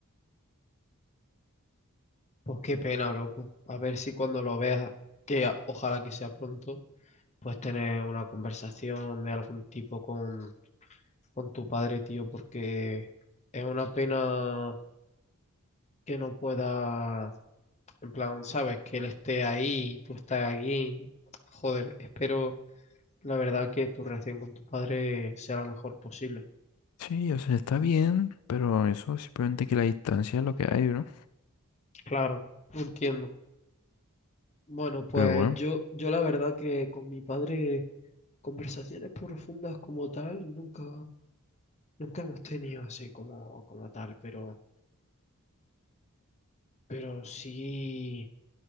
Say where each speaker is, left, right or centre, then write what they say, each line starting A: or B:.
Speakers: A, on the left; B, on the left.
A: Pues qué pena, loco. A ver si cuando lo veas, que a- ojalá que sea pronto, pues tener una conversación de algún tipo con, con tu padre, tío, porque es una pena que no pueda, en plan, sabes, que él esté ahí, tú estás aquí. Joder, espero la verdad que tu relación con tu padre sea la mejor posible.
B: Sí, o sea, está bien, pero eso simplemente que la distancia es lo que hay, ¿no?
A: Claro, lo entiendo. Bueno, pues
B: Pero bueno,
A: yo, yo la verdad que con mi padre conversaciones profundas como tal nunca, nunca hemos tenido así como, como tal, pero, pero sí